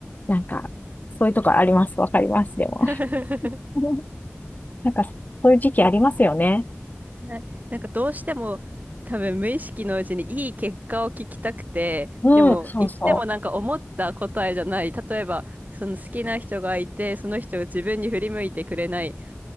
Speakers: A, on the left; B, on the right.
A: なんか、そういうとこあります。わかります、でも。
B: <laughs>
A: <laughs> なんか、そういう時期ありますよね。
B: はいなんかどうしても多分無意識のうちにいい結果を聞きたくて、
A: うん、
B: でも言ってもなんか思った答えじゃない。
A: そうそ
B: 例えば、その好きな人がいて、その人が自分に振り向いてくれない。